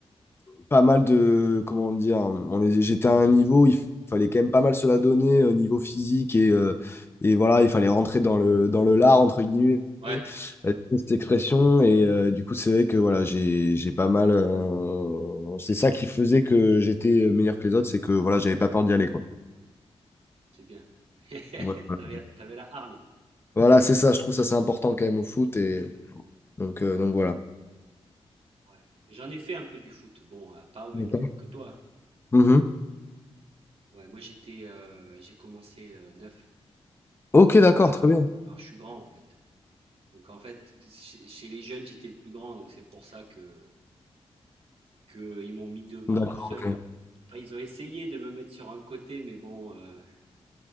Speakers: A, on the left (about 20°); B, on the right (about 70°).
A: pas mal de comment dire. On est- j'étais à un niveau, où il fallait quand même pas mal se la donner au niveau physique et euh, et voilà, il fallait rentrer dans le dans le lard entre guillemets
B: Ouais,
A: euh, cette expression et euh, du coup c'est vrai que voilà j'ai j'ai pas mal. euh, c'est ça qui faisait que j'étais meilleur que les autres, c'est que voilà j'avais pas peur d'y aller quoi.
B: c'est bien. <laughs>
A: Ouais, Voilà,
B: T'avais t'avais la hargne,
A: Voilà, c'est ça. Je trouve ça c'est important quand même au foot et Donc, euh, donc voilà.
B: ouais. J'en ai fait un peu du foot, bon, heu, pas au même
A: D'accord.
B: niveau que toi, hein.
A: Mhm.
B: Ouais, moi j'étais, heu, j'ai commencé, heu, neuf,
A: Ok,
B: heu,
A: d'accord, très bien.
B: alors je suis grand en fait. Donc en fait, chez chez les jeunes, j'étais le plus grand, donc c'est pour ça que qu'ils m'ont mis devant
A: D'accord,
B: tout seul.
A: ok.
B: Après, ils ont essayé de me mettre sur un côté, mais bon, euh,